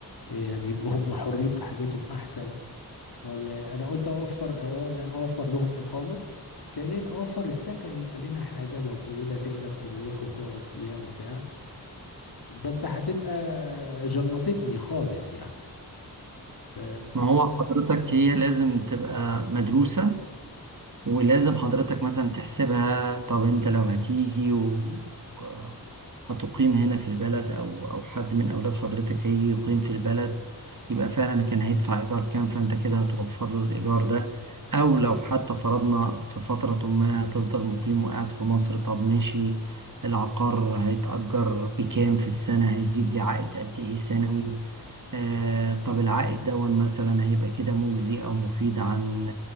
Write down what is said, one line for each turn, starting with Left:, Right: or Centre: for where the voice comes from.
Left: آه، يعني يبقوا هم حرين في حاجتهم احسن ولا انا قلت اوفر اولا اوفر لهم اقامه ثانيا اوفر السكن يبقى لنا حاجه موجوده تقدر تروح وتقعد فيها وبتاع بس هتبقى جنطتني خالص يعني ف...
Right: ما هو حضرتك هي لازم تبقى مدروسة ولازم حضرتك مثلا تحسبها طب انت لو هتيجي و... و- هتقيم هنا في البلد او او حد من اولاد حضرتك هيجي يقيم في البلد يبقى فعلا كان هيدفع ايجار كام فانت كده هتوفر له الايجار ده او لو حتى فرضنا في فترة ما هتفضل مقيم وقاعد في مصر طب ماشي العقار هيتأجر بكام في السنة هيجيب لي عائد قد ايه سنوي آه، طب العائد دون مثلا هيبقى كده مجزي او مفيد عن